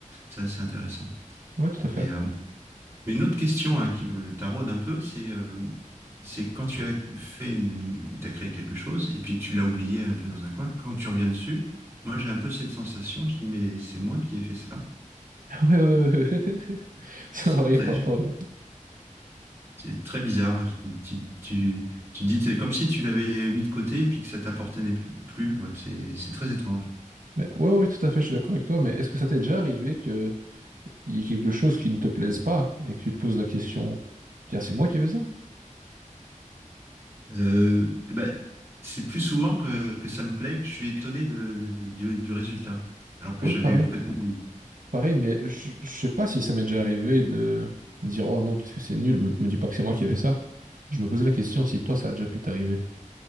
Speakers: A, on the right; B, on the right.
A: C'est assez intéressant.
B: Ouais, tout à fait.
A: Et, euh, Mais une autre question hein, qui me taraude un peu, c'est euh, c'est quand tu as fait, tu as créé quelque chose et puis que tu l'as oublié un peu dans un coin, quand tu reviens dessus, moi j'ai un peu cette sensation, je dis mais c'est moi qui ai fait ça.
B: <laughs> Ouais, ouais, ouais, ouais. <laughs> Ça
A: C'est
B: m'arrive
A: très,
B: parfois, ouais.
A: c'est très bizarre. Tu, tu, tu, tu dis c'est comme si tu l'avais mis de côté et puis que ça t'appartenait plus, quoi. C'est, c'est très étrange.
B: Mais ouais, ouais, tout à fait, je suis d'accord avec toi, mais est-ce que ça t'est déjà arrivé que il y a quelque chose qui ne te plaise pas et que tu te poses la question, tiens, c'est moi qui ai fait ça?
A: Euh, eh ben, c'est plus souvent que, que ça me plaît que je suis étonné de, du, du résultat, alors que
B: Oui,
A: j'avais
B: pareil,
A: complètement oublié.
B: pareil, mais je, je sais pas si ça m'est déjà arrivé de me dire, oh non, qu'est-ce que c'est nul, me, me dis pas que c'est moi qui ai fait ça. Je me posais la question si toi, ça a déjà pu t'arriver.